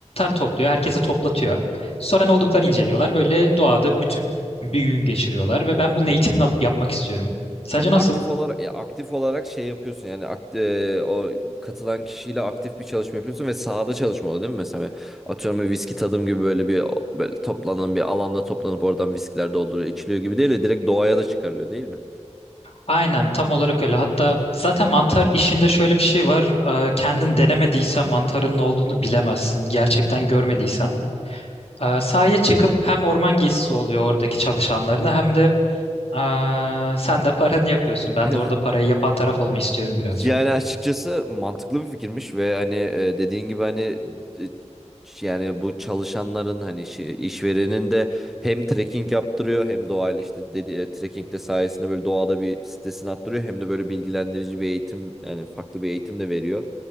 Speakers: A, on the left; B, in the centre.
A: topluyor, herkese toplatıyor. Sonra ne olduklarını inceliyorlar. Böyle doğada bütün bir gün geçiriyorlar ve ben bunun eğitimini alıp yapmak istiyorum. Sence
B: Ha bu
A: nasıl?
B: aktif olarak ya aktif olarak şey yapıyorsun yani akt- e, o katılan kişiyle aktif bir çalışma yapıyorsun ve sahada çalışma oluyor değil mi? Mesela atıyorum bir viski tadım gibi böyle bir böyle toplanan bir alanda toplanıp oradan viskiler dolduruyor içiliyor gibi değil de direkt doğaya da çıkarılıyor değil mi?
A: Aynen tam olarak öyle. Hatta zaten mantar işinde şöyle bir şey var. Ee, Kendin denemediysen mantarın ne olduğunu bilemezsin. Gerçekten görmediysen. Ee, Sahaya çıkıp hem orman gezisi oluyor oradaki çalışanlarına hem de ee, sen de paranı yapıyorsun. Ben
B: <laughs>
A: de orada parayı yapan taraf olmak istiyorum birazcık.
B: Yani açıkçası mantıklı bir fikirmiş ve hani e, dediğin gibi hani e, yani bu çalışanların hani şi- işverenin de hem trekking yaptırıyor hem doğayla işte dedi e, trekking de sayesinde böyle doğada bir stresini attırıyor hem de böyle bilgilendirici bir eğitim yani farklı bir eğitim de veriyor.